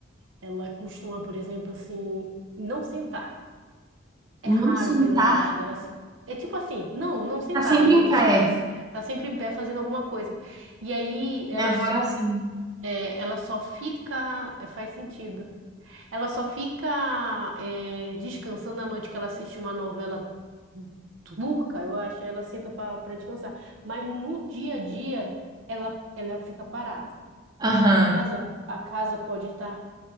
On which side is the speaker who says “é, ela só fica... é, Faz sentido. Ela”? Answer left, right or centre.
Right